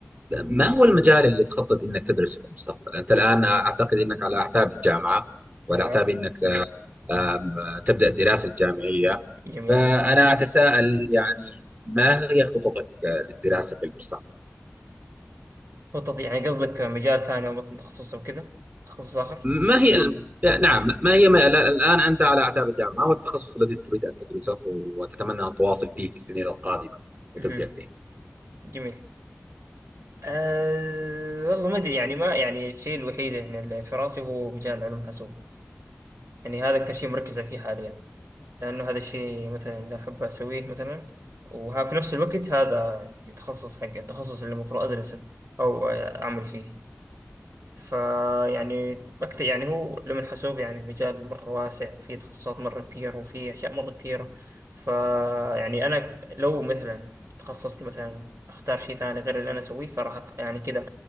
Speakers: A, on the right (about 35°); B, on the right (about 75°).
A: ما هو المجال اللي تخطط انك تدرسه في المستقبل؟ انت الان اعتقد انك على اعتاب الجامعه وعلى
B: أيوه
A: اعتاب انك آه، آم، آه، تبدا الدراسه الجامعيه
B: جميل
A: فانا اتساءل يعني ما هي خططك آه، للدراسه في المستقبل؟
B: خطط يعني قصدك مجال ثاني أو مثلا تخصص أو كذا تخصص آخر
A: ما هي ال- نعم ما هي ما لا- الآن أنت على أعتاب الجامعة ما هو التخصص الذي تريد أن تدرسه وتتمنى أن تواصل فيه في السنين القادمة وتبدأ
B: مهم.
A: فيه
B: جميل أه والله ما أدري يعني ما يعني الشيء الوحيد يعني اللي في راسي هو مجال علوم حاسوب يعني هذا أكثر شيء مركز فيه حاليا لأنه هذا الشيء مثلا اللي أحب أسويه مثلا وها في نفس الوقت هذا يعني تخصص حق التخصص اللي المفروض أدرسه أو أعمل فيه فيعني بكتب يعني هو علم الحاسوب يعني مجال مرة واسع وفيه تخصصات مرة كثير وفيه أشياء مرة كثيرة فيعني أنا لو مثلا تخصصت مثلا أختار شيء ثاني غير اللي أنا أسويه فراح أت- يعني كذا